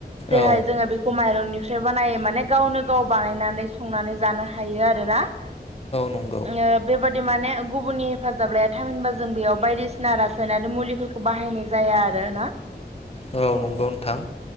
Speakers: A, on the right (about 40°); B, on the left (about 35°).
A: जेरैहाय
B: औ
A: जोङो बेखौ माइरं निफ्राय बानायो माने गावनो गाव बानायनानै संनानै जानो हायो आरोना ओ
B: नंगौ
A: बेबादिनो माने गुबुननि हेफाजाब लाया थामहिनबा जों बेयाव बायदिसिना रासायनारि मुलिफोरखौ बाहायनाय जाया आरो ना
B: औ नंगौ नोथां